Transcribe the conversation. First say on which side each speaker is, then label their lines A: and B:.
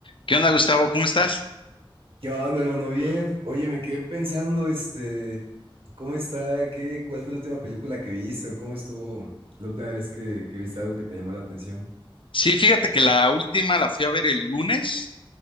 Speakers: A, on the left; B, on the right.
A: ¿Qué onda, Gustavo? ¿Cómo estás?
B: ¿Qué onda, hermano? Bien. Oye, me quedé pensando, este, ¿cómo está? ¿Qué, cuál fue la última película que viste? ¿O ¿Cómo estuvo la última vez que, que viste algo que te llamó la atención?
A: Sí, fíjate que la última la fui a ver el lunes.